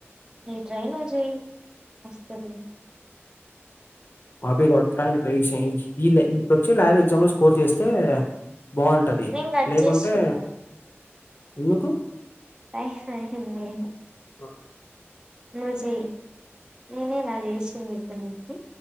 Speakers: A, on the right (about 20°); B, on the left (about 50°).
A: నీ ట్రై నువ్ చెయి వస్తుది
B: కాపీ కొట్టానికి ప్లేస్ ఇయలే చ్చి ల్యాబ్ ఎగ్జామ్లో స్కోర్ చేస్తే బాగుంటది
A: నేను కట్
B: లేకుంటే
A: చేస్తున్నా
B: ఎందుకు
A: <unintelligible>
B: ఓ
A: నువ్ చేయ్ నేనేగా చేసింది ఇప్పుడు నీకి